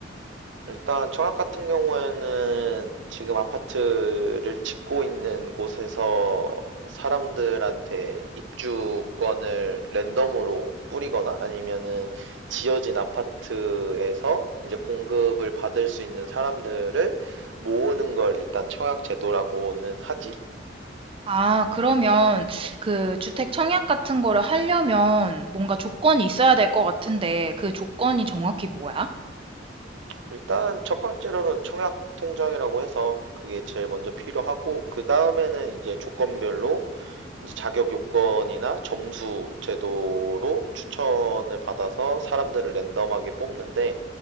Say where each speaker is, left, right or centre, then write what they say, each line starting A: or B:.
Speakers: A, on the right; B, on the right.
A: 일단, 청약 같은 경우에는 지금 아파트를 짓고 있는 곳에서 사람들한테 입주권을 랜덤으로 뿌리거나 아니면은 지어진 아파트에서 이제 공급을 받을 수 있는 사람들을 모으는 걸 일단 청약 제도라고는 하지.
B: 아, 그러면 그 주택 청약 같은 거를 하려면 뭔가 조건이 있어야 될 것 같은데, 그 조건이 정확히 뭐야?
A: 일단 첫 번째로는 청약 통장이라고 해서 그게 제일 먼저 필요하고 그 다음에는 이제 조건별로 이제 자격 요건이나 점수 제도로 추천을 받아서 사람들을 랜덤하게 뽑는데